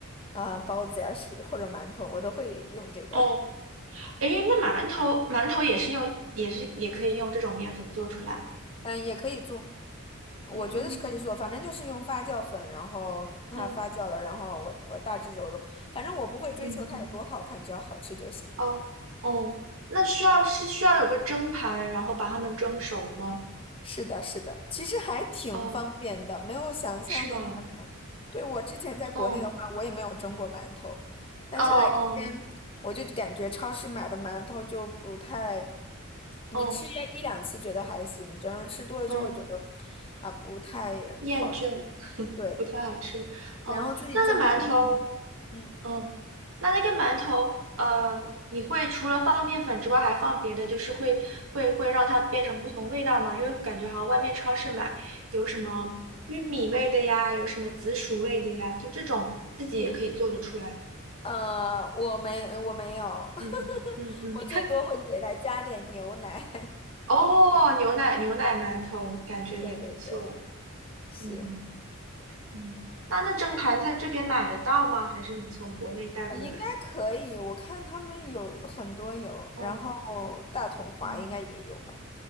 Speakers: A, on the left; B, on the right.
A: 啊、呃包子呀，是或者馒头，我都会用这个。
B: 哦，
A: <laughs>
B: 诶，那馒头馒头也是用也是也可以用这种面粉做出来。
A: 嗯，也可以做。我觉得是可以做，
B: 嗯
A: 反正就是用发酵粉，然后它发酵了，
B: 嗯
A: 然后我我大致揉揉，反正我不会追求它有多好看，
B: 嗯嗯。
A: 只要好吃就行。
B: 哦哦，那需要是需要有个蒸盘，然后把它们蒸熟吗？
A: 是的，是的，其实还挺方便的，
B: 哦，
A: 没有想象的那么难。
B: 是吗？
A: 对，我之前在国内的话，
B: 嗯，
A: 我也没有蒸过馒头，但是来这边
B: 哦哦
A: 我就感觉超市买的馒头就不太，你吃一一两次觉得还行，
B: 哦
A: 这样吃多了就会觉得
B: 嗯，
A: 啊不太好吃。
B: 厌倦，
A: 对，
B: 不太好吃。
A: 然后自己蒸的可能
B: 嗯，那那馒头，
A: 嗯。
B: 嗯，那那个馒头，呃，你会除了放面粉之外，还放别的，就是会会会让它变成不同味道吗？因为感觉好像外面超市买有什么玉米味的呀，有什么紫薯味的呀，就这种自己也可以做得出来吗？
A: 呃，我没我没有，<laughs>
B: 嗯嗯嗯。
A: 我最多会给他加点牛奶。
B: 哦，牛奶牛奶馒头感觉也不错。
A: <laughs> 对对对，是，
B: 嗯嗯，那那蒸盘在这边买得到吗？
A: 那
B: 还是你从国内带过来的？
A: 呃应该可以。我看他们有很多有，
B: 嗯
A: 然后大统华应该也有吧。
B: 嗯